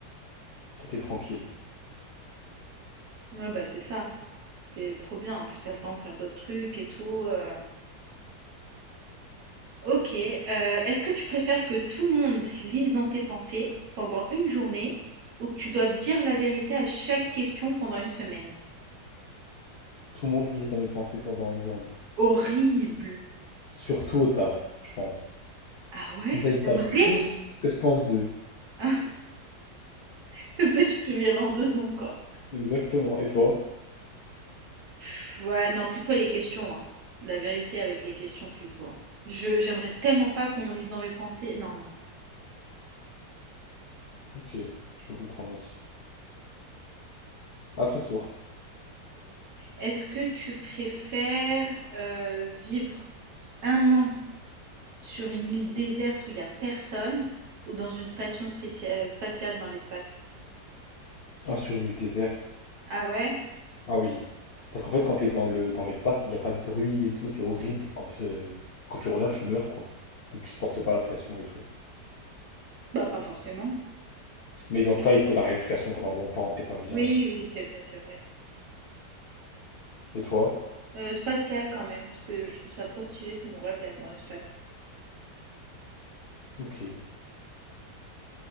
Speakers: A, on the left; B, on the right.
A: Toi, t'es tranquille.
B: Ouais, bah c'est ça. T'es trop bien. En plus, t'as le temps de faire d'autres trucs et tout. euh. Ok, euh, est-ce que tu préfères que tout le monde lise dans tes pensées pendant une journée ou que tu doives dire la vérité à chaque question pendant une semaine?
A: Tout le monde lise dans mes pensées pendant une journée.
B: Horrible!
A: Surtout au taf, je pense.
B: Ah ouais?
A: Comme ça, ils savent
B: T'aimerais?
A: tous ce que je pense d'eux.
B: Hein <laughs> Comme ça, tu te fais virer en deux secondes, quoi.
A: Exactement. Et toi?
B: Pff, Ouais, non, plutôt les questions, hein. La vérité avec les questions, plutôt. hein. Je, j'aimerais tellement pas qu'on lise dans mes pensées. Non, non.
A: Ok, je peux comprendre aussi. À ton tour.
B: Est-ce que tu préfères euh, vivre un an sur une île déserte où il n'y a personne ou dans une station spécia- euh, spatiale dans l'espace?
A: Ah, sur une île déserte.
B: Ah ouais?
A: Ah oui. Parce qu'en fait, quand t'es dans le dans l'espace, il n'y a pas de bruit et tout, c'est horrible. En plus, euh, quand tu reviens, tu meurs, quoi. Vu tu supportes pas la pression et tout.
B: Bah pas forcément.
A: Mais en tout cas, il faut de la rééducation pendant longtemps, t'es pas bien
B: Oui,
A: et tout.
B: oui, c'est vrai, c'est vrai.
A: Et toi?
B: Euh, spatial quand même, parce que je trouve ça trop stylé, c'est mon rêve d'aller dans l'espace.
A: Ok.